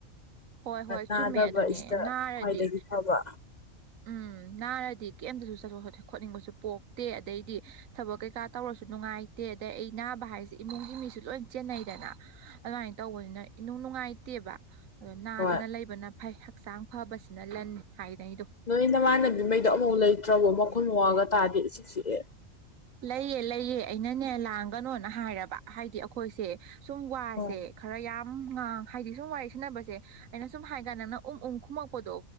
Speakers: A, on the right; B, on the left.
A: ꯍꯣꯏ ꯍꯣꯏ
B: ꯅꯥꯗꯕ
A: ꯆꯨꯝꯃꯦ ꯑꯗꯨꯅꯦ
B: ꯏꯁꯤꯗ
A: ꯅꯥꯔꯗꯤ
B: ꯈ꯭ꯋꯥꯏꯗꯒꯤ ꯐꯕ
A: ꯎꯝ ꯅꯥꯔꯗꯤ ꯀꯩꯝꯇꯁꯨ ꯆꯠꯊꯣꯛꯠ ꯈꯣꯠꯅꯤꯡꯕꯁꯨ ꯄꯣꯛꯇꯦ ꯑꯗꯩꯗꯤ ꯊꯕꯛ ꯀꯩꯀꯥ ꯇꯧꯔꯁꯨ ꯅꯨꯡꯉꯥꯏ ꯇꯦ ꯑꯗꯩ ꯑꯩ ꯅꯥꯕ ꯍꯥꯏꯁꯦ ꯏꯃꯨꯡꯒꯤ ꯃꯤꯁꯨ ꯂꯣꯏ ꯆꯦꯟꯅꯩꯗꯅ ꯑꯗꯨꯃꯥꯏꯅ ꯇꯧꯕꯅꯤꯅ ꯏꯅꯨꯡ ꯅꯨꯡꯉꯥꯏ ꯇꯦꯕ ꯑꯗꯣ ꯅꯥꯗꯅ
B: ꯍꯣꯏ
A: ꯂꯩꯕꯅ ꯐꯩ ꯍꯛꯆꯥꯡ ꯐꯕꯁꯤꯅ ꯂꯟꯅꯤ ꯍꯥꯏꯗꯅꯤꯗꯣ
B: ꯅꯣꯏ ꯅꯃꯥꯟꯅꯕꯤꯉꯩꯗꯣ ꯑꯃꯐꯥꯎ ꯂꯩꯇ꯭ꯔꯕꯣ ꯃꯈꯣꯟ ꯃꯋꯥꯒ ꯇꯥꯗꯦ ꯏꯆꯤꯛ ꯆꯤꯛꯑꯦ
A: ꯂꯩꯑꯦ ꯂꯩꯌꯦ ꯑꯩꯅꯅꯦ ꯂꯥꯡꯒꯅꯣꯅ ꯍꯥꯏꯔꯕ ꯍꯥꯏꯗꯤ ꯑꯩꯈꯣꯏꯁꯦ ꯁꯨꯝ ꯋꯥꯁꯦ
B: ꯑꯣ
A: ꯈꯔ ꯌꯥꯝ ꯎꯝ ꯉꯥꯡ ꯍꯥꯏꯗꯤ ꯁꯨꯝ ꯋꯥꯔꯤ ꯁꯟꯅꯕꯁꯦ ꯑꯩꯅ ꯁꯨꯝ ꯍꯥꯏ ꯀꯥꯟ ꯅꯪꯅ ꯎꯝ ꯎꯝ ꯈꯨꯝꯃꯛꯄꯗꯣ